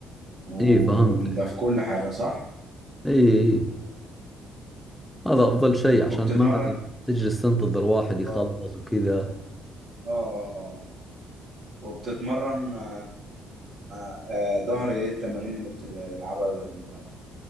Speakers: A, on the right; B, in the centre.
A: وده
B: اي فهمتك
A: في كل حاجه صح
B: اي اي هذا افضل شيء عشان
A: وبتتمرن
B: ما تجلس تنتظر واحد يخلص
A: اه
B: وكذا
A: اه اه. وبتتمرن آه آه ظهر ايه التمارين اللي بتلعبها للظهر